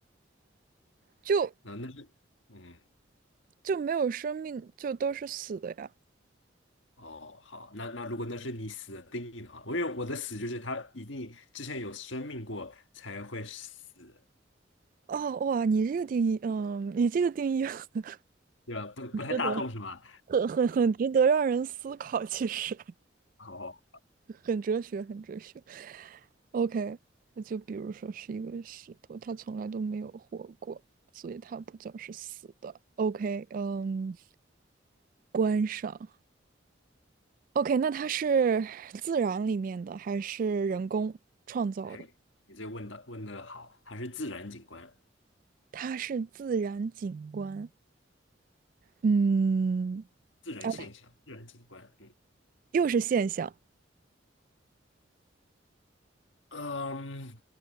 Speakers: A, on the right; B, on the left.
A: 就
B: 那那是，嗯，
A: 就没有生命，就都是死的呀。
B: 哦，好，那那如果那是你死的定义的话，我因为我的死就是它一定之前有生命过才会死，
A: 哦，哇，你这个定义，嗯，你这个定义 <laughs> 很
B: 对吧？不不太大众是吧？
A: 值得，很很很值得让人思考，其实
B: 哦，
A: <laughs> 很哲学，很哲学。OK，那就比如说是一个石头，它从来都没有活过，所以它不叫是死的。OK，嗯，观赏。OK，那它是自然里面的还是人工创造的？
B: 哎，你这个问的问的好，还是自然景观、
A: 它是自然景观，嗯，
B: 自然现象、
A: 啊，
B: 自然景观，
A: 又是现象，
B: 嗯